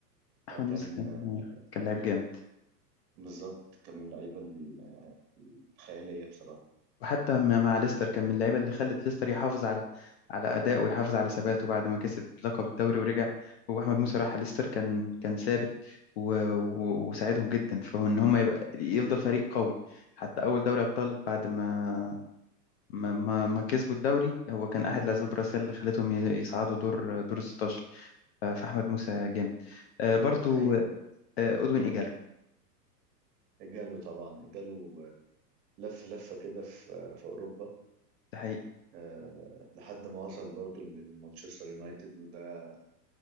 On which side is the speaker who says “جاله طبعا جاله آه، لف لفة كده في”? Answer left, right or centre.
Right